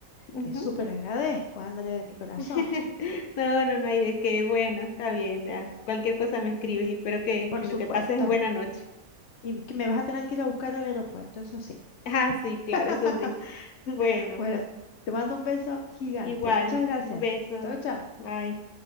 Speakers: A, on the left; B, on the left.
A: Ujú.
B: te súper agradezco, André, de mi corazón.
A: <laughs> No, no, no hay de qué, bueno, está bien, ya. Cualquier cosa me escribes y espero que,
B: Por
A: sino
B: supuesto.
A: que pases buena noche. <laughs>
B: Y que me vas a tener que ir a buscar al aeropuerto, eso sí.
A: Ah, sí,
B: <laughs>
A: claro, eso sí. Bueno,
B: Bueno, te mando un beso gigante.
A: igual,
B: Muchas gracias.
A: un beso,
B: Chao, chao.
A: bye.